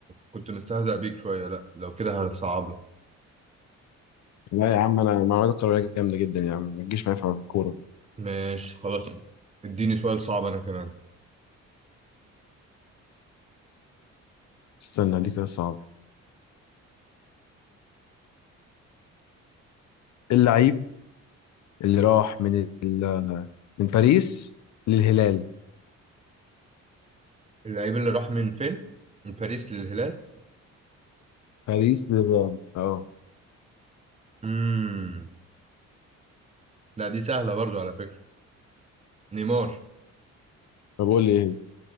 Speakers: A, on the right (about 20°); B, on the left (about 65°).
A: كنت مستهزأ بيك شوية لأ لو كده هصعب لك
B: لا يا عم أنا معلومات الكروية جامدة جدا يا عم ما تجيش معايا في الكورة
A: ماشي خلاص اديني سؤال صعب أنا كمان
B: استنى دي كده صعب اللعيب اللي راح من ال... من باريس للهلال
A: اللعيب اللي راح من فين؟ من باريس للهلال؟
B: باريس للهلال اه
A: مم. لا دي سهلة برضو على فكرة نيمار
B: طب قول لي ايه